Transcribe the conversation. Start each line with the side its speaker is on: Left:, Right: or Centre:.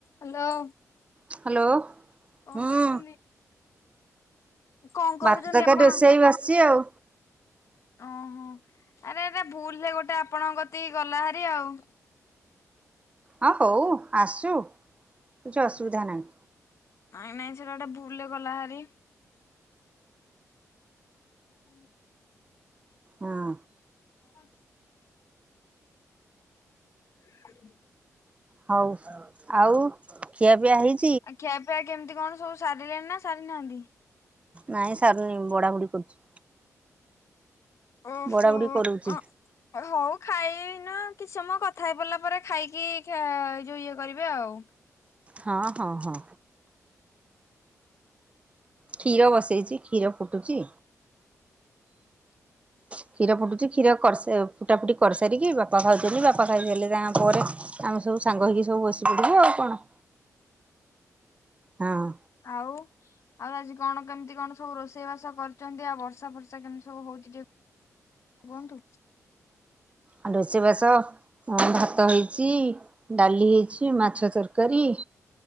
Left: Hello.
Right: Hello.
Left: କଣ
Right: ହୁଁ,
Left: କରୁଛନ୍ତି କଣ କରୁଛନ୍ତି
Right: ଭାତ ତରକାରୀ
Left: ଆପଣ
Right: ରୋଷେଇ ବସିଛି ଆଉ
Left: ଓହୋ ଆରେ ଆରେ ଭୁଲ ରେ ଗୋଟେ ଆପଣଙ୍କ କତିକି ଗଲା ଭାରିି ଆଉ
Right: ହଁ ହଉ ଆସୁ କିଛି ଅସୁବିଧା ନାହିଁ
Left: ନାଇଁ ନାଇଁ ସେଟା ଗୋଟେ ଭୁଲ ରେ ଗଲା ହାରି <unintelligible>
Right: ହଁ।
Left: <unintelligible> <inaudible>
Right: ହଉ ଆଉ ଖିଆ ପିଆ ହେଇ
Left: ଆ ଖିଆ ପିଆ କେମିତି କଣ ସବୁ ସାରିଲେଣି ନା ସାରିନାହାନ୍ତି?
Right: ନାଇଁ ସାରୁନି ବଢାବଢି‌ କରୁଛି।
Left: ଓହୋ
Right: ବଡା ବୁଡି କରୁଛି
Left: ଅଁ। ହଉ <unintelligible> ଖାଇନ କିଛି ସମୟ କଥା ହେଇ ପରିଲା ପରେ ଖାଇକି ଯୋଉ ଇଏ କରିବେ ଆଉ।
Right: ହଁ ହଁ ହଁ। କ୍ଷୀର ବସେଇଚି କ୍ଷୀର ଫୁଟୁଛି। କ୍ଷୀର ଫୁଟୁଚି କ୍ଷୀର କରି ଫୁଟା ଫୁଟି କରିସାରିକି ବାପା ଖାଉଛନ୍ତି ବାପା ଖାଇସାରିଲେ ତାଙ୍କ ପରେ ଆମେ ସବୁ ସାଙ୍ଗ ହେଇକି ସବୁ ବସି ପଡିବେ ଆଉ କଣ ହଁ
Left: ଆଉ। ଆଉ ଆଜି କଣ କେମିତି କଣ ସବୁ ରୋଷେଇବାସ କରିଛନ୍ତି ଆଉ ବର୍ଷା ଫର୍ଷା କେମିତି ସବୁ ହଉଛି ଟିକେ କୁହନ୍ତୁ।
Right: ଆଉ ରୋଷେଇ ବାସ ଭାତ ହେଇଚି ଡାଲି ହେଇଚି ମାଛ ତରକାରୀ